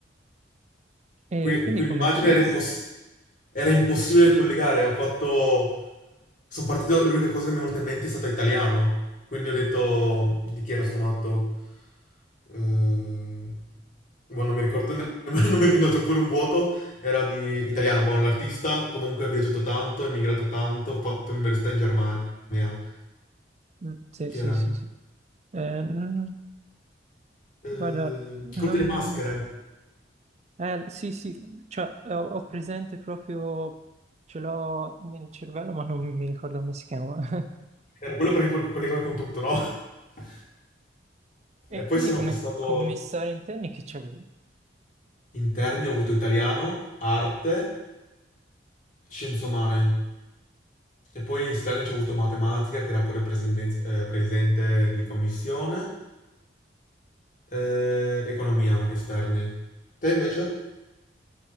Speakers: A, on the right; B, on the left.
A: E
B: Quindi,
A: quindi
B: quindi
A: come...
B: l'immagine
A: come...
B: era,
A: s-
B: imposs- era impossibile collegare. Ho fatto. Sono partito. L'unica cosa che mi è venuta in mente è stato italiano. Quindi ho detto di chi era sto matto. Eh, boh, non mi ricordo ne- <laughs> non mi- No, c'ho pure un vuoto. Era di italiano. Buono l'artista. Comunque ha viaggiato tanto, è emigrato tanto. Ha fatto università in Germania.
A: mm, Sì,
B: Chi
A: sì,
B: era?
A: sì, sì. Eh, mm,
B: Eh,
A: guarda, non...
B: quello delle maschere.
A: eh, sì, sì, cioè ho, ho presente proprio... Ce l'ho nel cervello, ma non mi ricordo come si chiama. <laughs>
B: Era quello perché poi collegava con tutto, no? <laughs>
A: E
B: E poi
A: quindi
B: sono
A: come
B: passato.
A: commissari interni chi c'è?
B: Interni ho avuto italiano, arte, scienze umane. E poi esterni ci ho avuto matematica, che era pure presenten- eh, presidente di commissione, eh, economia esterni. Te invece?